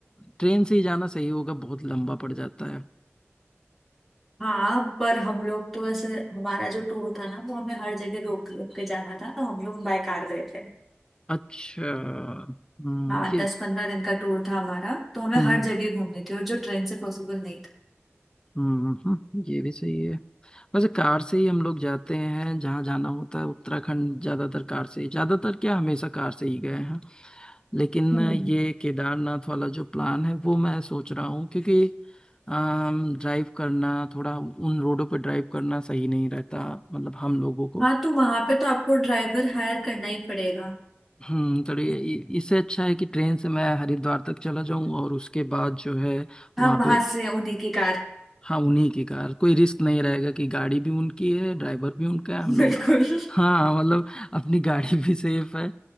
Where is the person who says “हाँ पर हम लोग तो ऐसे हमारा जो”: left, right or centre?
Centre